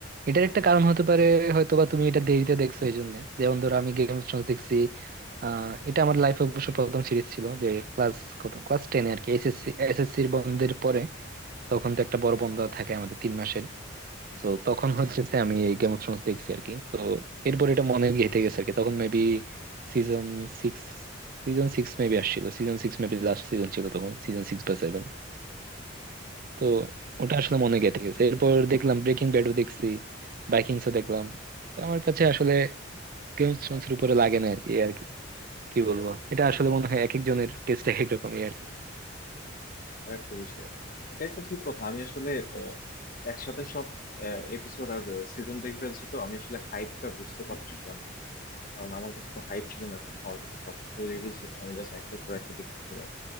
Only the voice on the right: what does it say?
এটার একটা কারণ হতে পারে হয়তো বা তুমি এটা দেরিতে দেখছো এই জন্য যেমন ধরো আমি গেম অফ থ্রোনস দেখছি আহ এটা আমার লাইফে অবশ্য প্রথম সিরিজ ছিল যে ক্লাস কত ক্লাস টেনে আর কি এসএসসি এসএসসির বন্ধের পরে তখন তো একটা বড় বন্ধ থাকে আমাদের তিন মাসের তো তখন হচ্ছে যে আমি এই গেম অফ থ্রোনস দেখছি আর কি তো এরপর এটা মনে গেঁথে গেছে আর কি তখন maybe season six season six maybe আসছিল season six maybe last season ছিল তখন সিজন সিক্স বা সেভেন তো ওটা আসলে মনে গেঁথে গেছে এরপর দেখলাম ব্রেকিং ব্যাডও দেখছি ভাইকিংসও দেখলাম তো আমার কাছে আসলে গেম অফ থ্রোনস এর উপরে লাগে না আর কি আর কি কি বলবো এটা আসলে মনে হয় এক একজনের টেস্ট এক এক রকমই আর কি